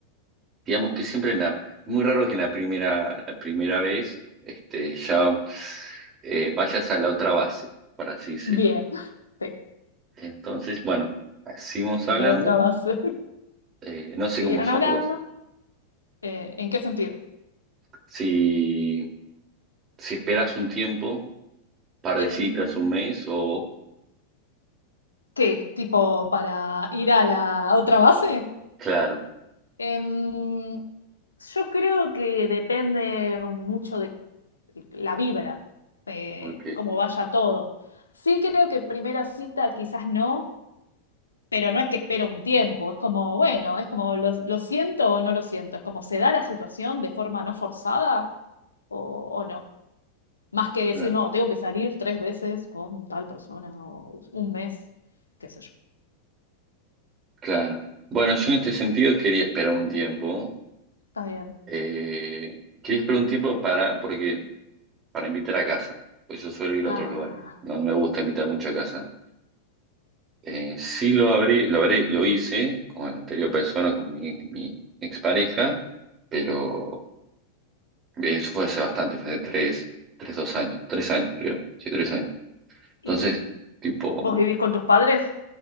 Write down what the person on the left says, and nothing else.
Bien, <laughs> sí,
la
otra base.
<laughs>
Siguieron
hablando.
Eh, ¿en qué sentido?
Em,
¿Qué? ¿Tipo para ir a la otra base?
Em, yo creo que depende mucho de la vibra, de
cómo vaya todo. Sí creo que primera cita quizás no, pero no es que espero un tiempo, es como, bueno, es como lo, lo siento o no lo siento, es como se da la situación de forma no forzada o, o no. Más que decir,
no, tengo que salir tres veces con tal persona o un mes, qué sé yo.
Está bien.
Ah,
¿Y
vos vivís con tus padres?